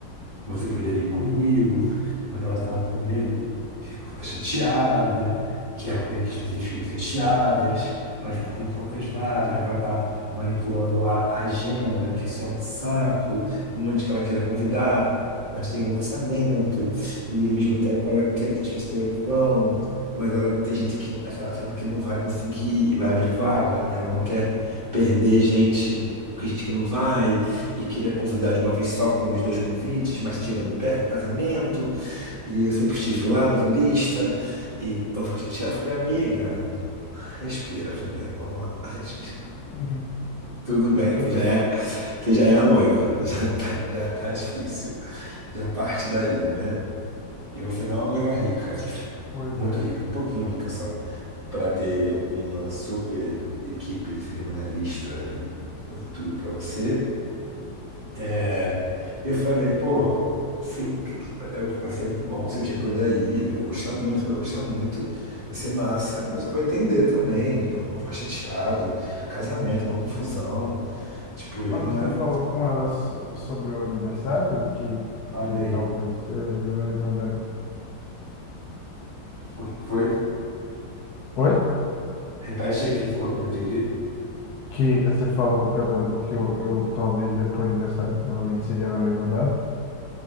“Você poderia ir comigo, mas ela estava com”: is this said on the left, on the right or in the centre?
Right